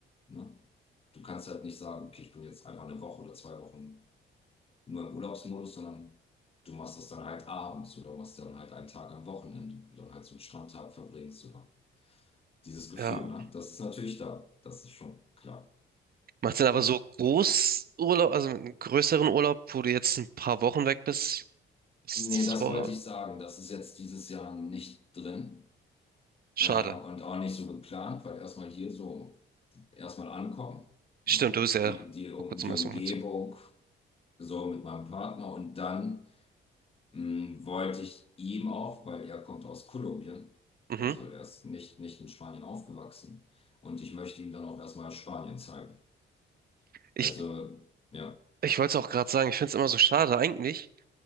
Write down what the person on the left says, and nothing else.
Ne? Du kannst halt nicht sagen, okay, ich bin jetzt einfach eine Woche oder zwei Wochen nur im Urlaubsmodus, sondern du machst das dann halt abends oder machst dann halt einen Tag am Wochenende, wo du dann halt so einen Strandtag verbringst oder dieses Gefühl,
ne? Das ist natürlich da. Das ist schon klar.
Ja.
Nee,
das
wollte ich sagen. Das ist jetzt dieses Jahr nicht drin,
äh, und auch nicht so geplant, weil erstmal hier so erstmal ankommen.
Ja.
Die, die, um,
die
Umgebung
so mit meinem Partner und dann mh, wollte ich ihm auch, weil er kommt aus Kolumbien,
also er ist nicht, nicht in Spanien aufgewachsen und ich möchte ihm dann auch erstmal Spanien zeigen.
Also ja,